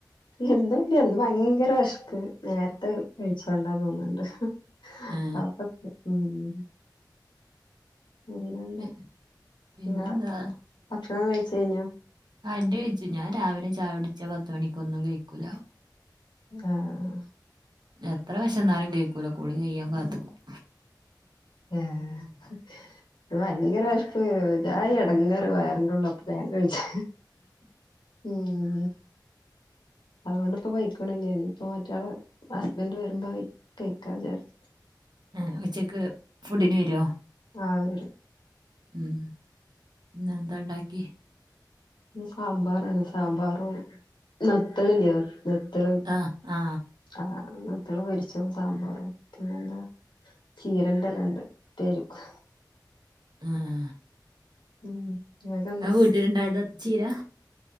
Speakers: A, on the left (about 85°); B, on the right (about 65°).
A: എന്നൂല്ല്യാ ഇന്ന് ഭയങ്കര വെശപ്പ് നേരത്തെ കഴിച്ചോണ്ടാന്ന് തോന്ന്ണ്ട്
B: ഏ
A: പ്പാ പ്പൊ ഉം പിന്നെ എന്താ
B: പി പിന്നെന്താ
A: <unintelligible> ഭക്ഷണം കയിച്ചയിഞ്ഞോ?
B: ആഹ് എന്റെ കയ്ച്ചു ഞാൻ രാവിലെ ചായുടിച്ചാ പത്തുമണിക്കൊന്നും കയിക്കൂലാ
A: ആഹ്
B: എത്ര വെശന്നാലും കയിക്കൂലാ കുളി കയ്യാൻ കാത്തക്കും
A: ഏഹ് <unintelligible> ഭയങ്കര വെശപ്പ് ഒര്ജാതി എടങ്ങേറ് വയറിന്റുള്ള് അപ്പൊ വേഗം കയിച്ചു ഉം അതുകൊണ്ട്പ്പൊ പൈക്കണുല്ല ഇനിയിപ്പോ മറ്റാള് ഹസ്ബന്റ് വരുമ്പോ കയിക്കാ വിചാരിച്ചു
B: ഏഹ് ഉച്ചക്ക് ഫുഡിന് വര്വോ
A: ആഹ് വരും
B: ഉം ഇന്നെന്താണ്ടാക്കീ
A: ഇന്ന് സാമ്പാറാണ് സാമ്പാറും നത്തളില്ലേ നത്തല്
B: ആ ആ
A: ആഹ് നത്തള് പൊരിച്ചതും സാമ്പാറും പിന്നെന്താ ചീരണ്ടലണ്ട് പേരിക്ക്
B: ആഹ്
A: ഉം ഇങ്ങക്കെന്താ
B: അത് വീട്ടിലുണ്ടായതാ ചീര